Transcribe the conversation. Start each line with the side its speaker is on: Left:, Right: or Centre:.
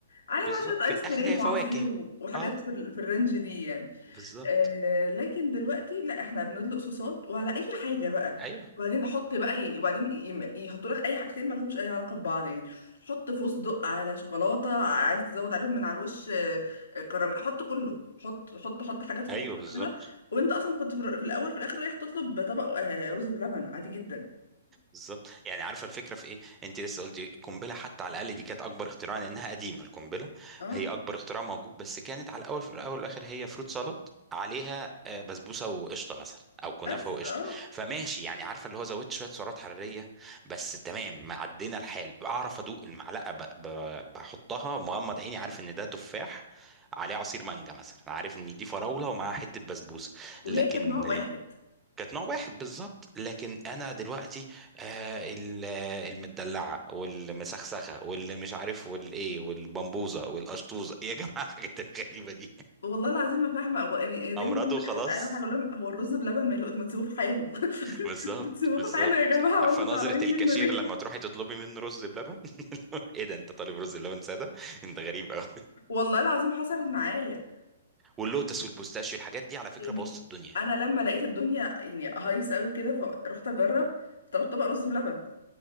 Left: عليه
Right: بالظبط
Left: بقى شويه
Right: في
Left: ايس
Right: الاخر
Left: كريم
Right: هي فواكه
Left: وعصير و- وحاجات
Right: اه
Left: في ال- في الرينج دي يعني
Right: بالظبط
Left: آه لكن دلوقتي لا احنا بندلق صوصات وعلى اي حاجه بقى
Right: ايوه
Left: وبعدين احط بقى يعني وبعدين يم- يحطوا لك اي حاجتين ما لهمش اي علاقه ببعض يعني حط فستق على شوكولاته عايز تزود عليهم من على الوش آه، آه، كراميل حط كله حط حط حط حاجات فوق
Right: ايوه بالظبط
Left: بعضها وانت اصلا كنت في الر- في الاول في الاخر رايح تطلب طبق آه، رز بلبن عادي جدا
Right: بالظبط يعني عارفه الفكره في ايه انت لسه قلتي القنبله حتى على الاقل دي كانت اكبر اختراع لانها قديمه القنبله
Left: اه
Right: هي اكبر اختراع موجود بس كانت على الاول في الاول والاخر هي فروت سالاد عليها آه، بسبوسه وقشطه مثلا او كنافه
Left: بس
Right: وقشطه
Left: اه
Right: فماشي يعني عارفه اللي هو زودت شويه سعرات حراريه بس تمام ما عدينا الحال اعرف ادوق المعلقه ب... ب... بحطها مغمض عيني عارف ان ده تفاح عليه عصير مانجا مثلا عارف ان دي فراوله ومعاها حته بسبوسه
Left: وهي
Right: لكن
Left: كانت نوع واحد
Right: كانت نوع واحد بالظبط لكن انا دلوقتي آه ال- آه، المدلعه والمسخسخه واللي مش عارف والايه والبمبوزه والقشطوزه يا جماعه الحاجات الغريبه دي
Left: والله العظيم ما فاهمه هو يعني إيه، دايما
Right: امراض
Left: لما
Right: وخلاص
Left: اشوف اعلان حاجه اقول لهم هو الرز بلبن ماله ما تسيبوه في حاله <laughs>
Right: بالظبط
Left: ما تسيبوه
Right: بالظبط
Left: في حاله يا جماعه
Right: عارفه
Left: وانتوا زعلانين
Right: نظره الكاشير
Left: منه ليه
Right: لما تروحي تطلبي منه رز بلبن <laughs> ايه ده انت طالب رز بلبن ساده انت غريب قوي
Left: والله العظيم حصلت معايا
Right: واللوتس والبوستاشيو الحاجات دي على فكره
Left: يعني
Right: بوظت الدنيا
Left: انا لما لقيت الدنيا يعني هايصه قوي كده فرحت اجرب طلبت طبق رز بلبن